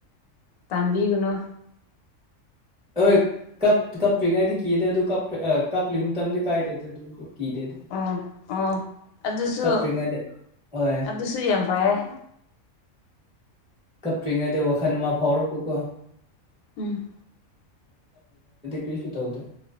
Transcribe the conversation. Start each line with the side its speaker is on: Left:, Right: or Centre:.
Left: ꯇꯥꯟꯕꯤꯒꯅꯨ
Centre: ꯍꯣꯏ ꯀꯞꯇ꯭ꯔꯤꯉꯩꯗꯤ ꯀꯤꯗ ꯑꯗꯨ ꯀꯞꯂꯤ ꯃꯇꯝꯗꯤ ꯀꯥꯏꯗꯦꯗ ꯑꯗꯨꯕꯨ ꯀꯤꯗꯦꯗ
Left: ꯑꯣ ꯑꯣ ꯑꯗꯨꯁꯨ
Centre: ꯀꯄꯔꯤꯗ ꯑꯣ
Left: ꯑꯗꯨꯁꯨ ꯌꯥꯝ ꯐꯩꯌꯦ
Centre: ꯀꯞꯇ꯭ꯔꯤꯉꯩꯗ ꯋꯥꯈꯜ ꯑꯃ ꯐꯥꯎꯔꯛꯄꯀꯣ
Left: ꯎꯝ
Centre: ꯄꯁꯦ ꯇꯧꯦ